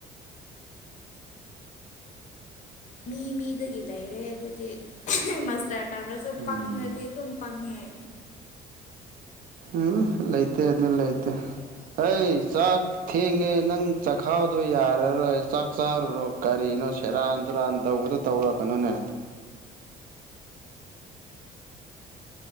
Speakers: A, on the left; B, on the right.
A: ꯃꯤ ꯃꯤꯗꯒꯤ ꯂꯩꯔꯦ ꯑꯗꯨꯗꯤ ꯃꯁꯇꯔ ꯇꯥꯝꯔꯁꯨ
B: ꯎꯝ
A: ꯄꯪꯉꯗꯤ ꯑꯗꯨꯝ ꯄꯪꯉꯦ
B: ꯎꯝ ꯂꯩꯇꯦ ꯑꯗꯨ ꯂꯩꯇꯦ ꯑꯩ ꯆꯥꯛ ꯊꯦꯡꯉꯦ ꯅꯪ ꯆꯈꯥꯎꯗꯣ ꯌꯥꯔꯔꯣꯏ ꯆꯥꯛ ꯆꯥꯔꯨꯔꯣ ꯀꯔꯤꯅꯣ ꯁꯦꯔꯥꯟ ꯇꯨꯔꯥꯟ ꯇꯧꯕꯗꯣ ꯇꯧꯔꯛꯀꯅꯨꯅꯦ